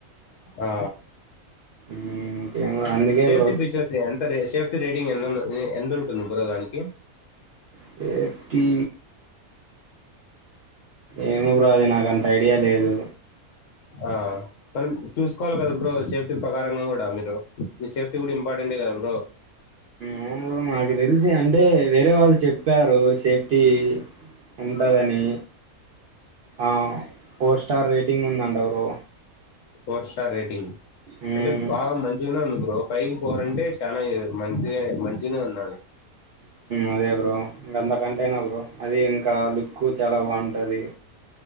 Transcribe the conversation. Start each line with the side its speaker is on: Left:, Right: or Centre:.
Left: ఆ
Right: మ్మ్ ఇంకేమో అందుకే
Left: సేఫ్టీ
Right: బ్రో
Left: పిచోచ్చ అంత సేఫ రేడింగ్ ఎందుదు ఎ ఎందు ఉంటుంది బ్రో దానికి
Right: సేఫ్టీ ఏమో బ్రో అది నాక అంత ఐడియా లేదు
Left: ఆ మనం చూసుకోవాలి కదా బ్రో సేఫ్టీ ప్రకారంగా కూడా మీరు మీ సేఫ్టీ కూడా ఇంపార్టెంటటే కదా బ్రో
Right: అవును నాకు తెలిసి అంటే వేరే వాళ్ళు చెప్పారు సేఫ్ టి ఉంటుందని ఆ పోస్ట్ స్టార్ రేటింగ్ ఉందంట బ్రో
Left: ఫోర్ స్టార్ రెటింగ్
Right: మ్మ్
Left: అంటే బాగా మంచిగున్నందుకు ఒక పైకి పోరంటే చాలా మంచి మంచిగానే ఉన్నాడు
Right: అదే బ్రో ఇంక అంతకంటేనా బ్రో అది ఇంకా లుక్ చాలా బాగుంటది